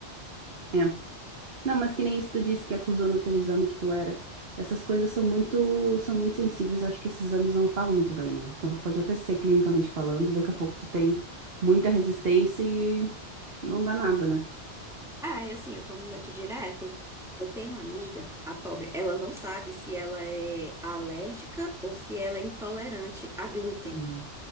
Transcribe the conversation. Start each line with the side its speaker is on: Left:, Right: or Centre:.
Right: É. Não, mas que nem isso tu disse que acusou no teu exame que tu era. Essas coisas são muito, são muito sensíveis. Eu acho que esses exames não falam muito bem, né? Então tu pode até ser clinicamente falando e daqui a pouco tu tem muita resistência e não dá nada, né?
Centre: Ah, é assim, eu tomo leite direto. Eu tenho uma amiga, a pobre, ela não sabe se ela é alérgica ou se ela é intolerante a glúten.
Right: Hum.